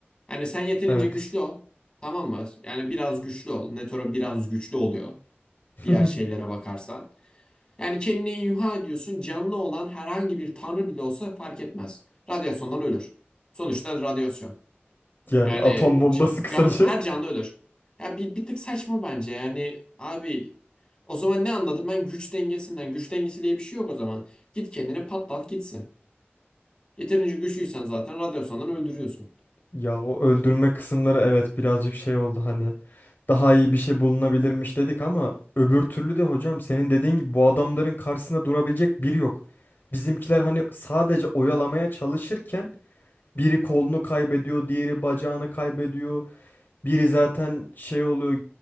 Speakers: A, on the left; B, on the left.
A: Yani sen yeterince
B: evet.
A: güçlü ol. Tamam mı? Yani biraz güçlü ol. Netoro biraz güçlü oluyor.
B: <laughs>
A: Diğer şeylere bakarsan. Yani kendini imha ediyorsun. Canlı olan herhangi bir tanrı bile olsa fark etmez. Radyasyondan ölür. Sonuçta radyasyon.
B: Yani
A: Yani
B: atom bombası
A: c-
B: kısaca.
A: canlı, her canlı ölür. Ya bir, bir tık saçma bence. Yani abi o zaman ne anladım ben güç dengesinden. Güç dengesi diye bir şey yok o zaman. Git kendini patlat gitsin. Yeterince güçlüysen zaten radyasyondan öldürüyorsun.
B: Ya o öldürme kısımları evet birazcık şey oldu hani daha iyi bir şey bulunabilirmiş dedik ama öbür türlü de hocam senin dediğin gibi bu adamların karşısında durabilecek biri yok. Bizimkiler hani sadece oyalamaya çalışırken Biri kolunu kaybediyor, diğeri bacağını kaybediyor. Biri zaten şey oluyor,